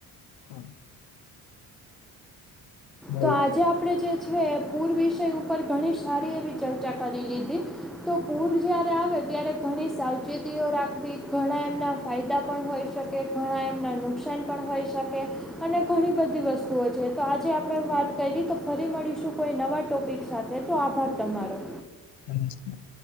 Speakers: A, on the left (about 85°); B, in the centre.
A: હા. બોલો
B: તો આજે આપડે જે છે એ પૂર વિષય ઉપર ઘણી સારી એવી ચર્ચા કરી લીધી. તો પૂર જયારે આવે ત્યારે ઘણી સાવચેતીઓ રાખવી ઘણા એમના ફાયદા પણ હોય છે. કે ઘણા એમના નુકસાન પણ હોઈ શકે અને ઘણી બધી વસ્તુઓ છે. તો આજે આપ પડે વાત કરી તો ફરી મળીશું કોઈ નવા ટોપિક સાથે તો આભાર તમારો.
A: નમસ્કાર.